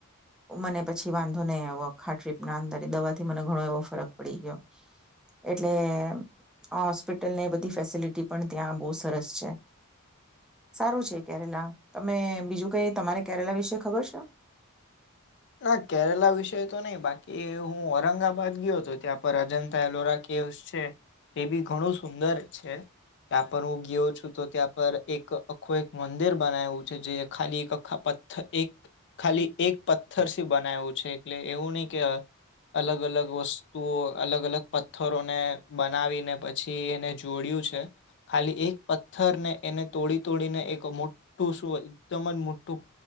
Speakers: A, in the centre; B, on the left.
A: મને પછી વાંધો નહીં આવોખા ટ્રીપના અંદર એ દવાથી મને ઘણો એવો ફરક પડી ગયો એટલે હોસ્પિટલને બધી ફેસિલિટી પણ ત્યાં બહુ સરસ છે સારું છે કેરેલા તમે બીજું કઈ તમારે કેરેલા વિશે ખબર છે.
B: ના કેરલા વિષય તો નહી બાકી હું ઔરંગાબાદ ગયો હતો ત્યાં પર અજંતા એલોરા કેવસ છે એ બી ઘણું સુંદર છે ત્યાં પર હું ગયો છું તો ત્યાં પર એક આખું એક મંદિર બનાવું છે જે ખાલી એક પથર એક ખાલી એક પથ્થર બનાવ્યું છે એટલે એવું નહીિ કે અલગ અલગ વસ્તુઓ અલગ અલગ પથ્થરોને બનાવીને પછી એને જોડ્યું છે ખાલી એક પથ્થર ને એને તોડી તોડીને એક મોઠું શું એકદમ જ મોઠું